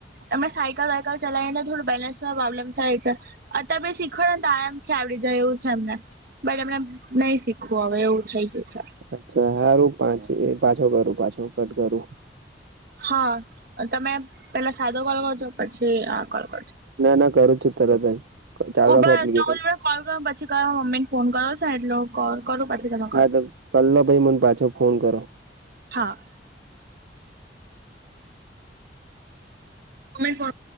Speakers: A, on the right; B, on the right.
A: એમને સાયકલ વાયકલ ચલાવીને થોડું બેલેન્સમાં પ્રોબ્લેમ થાય છે. અત્યારે બી શીખડ ત આરામથી આવડી જાય એવું છે, એમને બટ એમને નહી શીખવું હવે એવું થઈ ગયું છે.
B: અચ્છા હારુ, પાંચ એ પાછો કરું પાછો કટ કરુ
A: હા, તમે પેલા સાદો કોલ કરજો પછી આ કોલ કરજો
B: ના ના કરું છુ, તરત જ ચાલુ
A: ઉભા
B: રાખો એપ્લિકેશન
A: તો હું તમને કોલ કર પછી કરો મમ્મીને ફોન કરો છેને, એટલો કોલ કરો પાછો તમન
B: હા, તો કલ્લો પહી મન પાછો ફોન કરો
A: હા કોમે